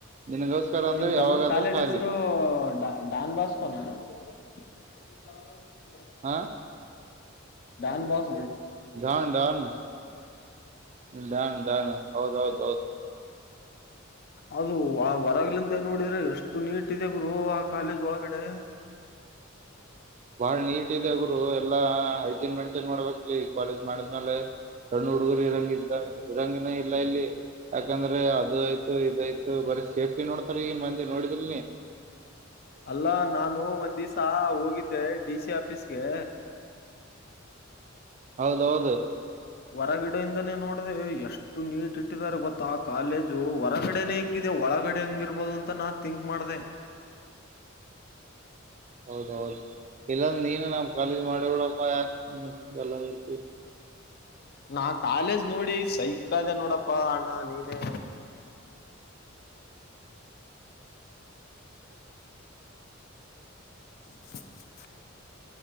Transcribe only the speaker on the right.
ನಿನಗೋಸ್ಕರ ಅಂದ್ರೆ
ಯಾವಾಗಾದ್ರೂ
ಖಾಲಿ
ಹಾ.
ಧಾನ್ ನ್ ಧಾನ್ ನ್ ಹೌದ್ ಹೌದು. ಬೌದು
ಬಾಳ್ ನೀಟ್ ಇದೆಗುರು ಎಲ್ಲಾ ಹೈಜೀನ್ ಮೆಂಟೈನ್ ಮಾಡ್ಬೇಕಕ್ಲಿ ಕಾಲೇಜ್ ಮಾಡಿದ್ಮೇಲೆ ಸಣ್ಣ ಹುಡುಗರು ಇರಂಗ್ದ ಇರಂಗಿನ ಇಲ್ಲ ಇಲ್ಲಿ ಯಾಕಂದ್ರೆ ಅದು ಆಯ್ತು ಇದಯ್ತು ಬತ ಸೇಫ್ಟಿ ನೋಡ್ತಾರೆ ಈಗ ಮಂದಿ ನೋಡಿದೇ
ಹೌದೌದು
ಹೌದೌದು ಇಲ್ಲಂದ್ರ ನೀನು ನಾವ್ ಕಾಲೇಜ್ ಮಾಡಿಡಪ್ಪ ಎಲ್ಲರ್ತಿ.